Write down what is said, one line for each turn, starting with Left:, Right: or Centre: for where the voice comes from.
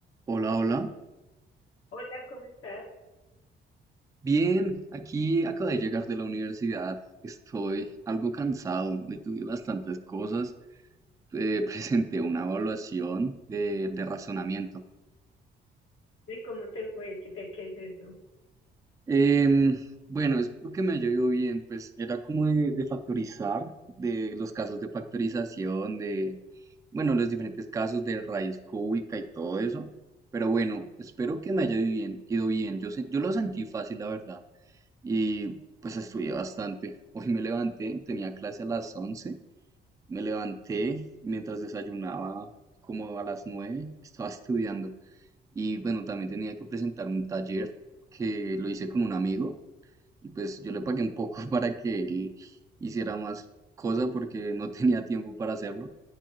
Right: Hola, hola.
Left: Hola, ¿cómo estás?
Right: Bien, aquí acabo de llegar de la universidad. Estoy algo cansado. Hoy tuve bastantes cosas. Eh, <laughs> presenté una evaluación de, de razonamiento.
Left: ¿Y cómo te fue? ¿Qué- ¿De qué es eso?
Right: Em, bueno, espero que me haya ido bien. Pues era como de, de factorizar, de los casos de factorización, de, bueno, los diferentes casos de raíz cúbica y todo eso. Pero bueno, espero que me haya ido bien, ido bien. Yo, se- yo lo sentí fácil, la verdad. y pues estudié bastante. <laughs> Hoy me levanté, tenía clase a las once me levanté y mientras desayunaba como a las nueve <laughs> estaba estudiando y bueno, también tenía que presentar un taller que lo hice con un amigo y pues yo le pagué un poco <laughs> para que él hiciera más cosa porque no <laughs> tenía tiempo para hacerlo,